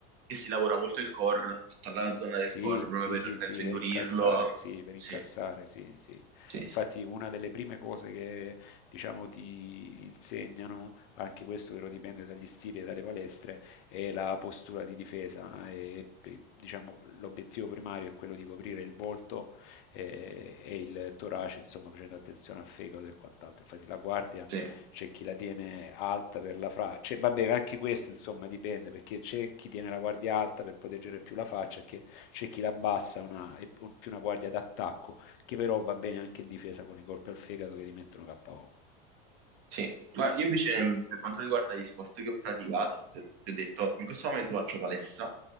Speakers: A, on the right (about 45°); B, on the left (about 65°).
A: che si lavora molto il core, tutta la zona del
B: sì,
A: core, proprio
B: sì,
A: per,
B: sì,
A: penso,
B: sì,
A: indurirlo.
B: per incassare, sì, per
A: Sì,
B: incassare, sì, sì.
A: sì,
B: Infatti
A: sì.
B: una delle prime cose che, diciamo, ti insegnano, anche questo però dipende dagli stili e dalle palestre, è la postura di difesa. E, e, diciamo, l'obiettivo primario è quello di coprire il volto eh, e, il torace, insomma, facendo attenzione al fegato e quant'altro. Infatti la guardia
A: Sì,
B: c'è chi la tiene alta per la faccia, vabbè anche questo insomma dipende perché c'è chi tiene la guardia alta per proteggere più la faccia, che- c'è chi la abbassa una- è più una guardia d'attacco che però va bene anche in difesa con i colpi al fegato che ti mettono KO.
A: sì. Guarda, io invece mh, per quanto riguarda gli sport che ho praticato, ti ti ho detto, in questo momento faccio palestra,